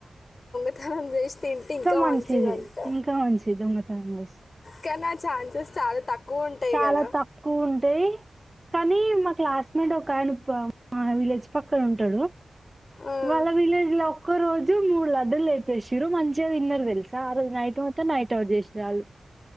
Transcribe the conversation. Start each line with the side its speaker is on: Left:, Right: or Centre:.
Left: అమె చేసి తింటే ఇంకా
Right: మంచిది
Left: మంచిదింట
Right: ఇంకా మంచిది దొంగతనం చేసి
Left: కానీ ఆ ఛాన్సెస్ చాలా తక్కువ ఉంటాయి
Right: చాలా
Left: కదా
Right: తక్కువ ఉంటాయి కానీ మా క్లాస్మేట్ ఒక ఆయన మా విలేజ్ పక్కన ఉంటాడు
Left: ఉమ్,
Right: వాళ్ళ విలేజ ఒక్క రోజు మూ లడు లేట్ శిరు మంచిద ఇన్నర్ద తెలాస నైట్ మత్త నైట్ ఓట్ చెస్టే చాలు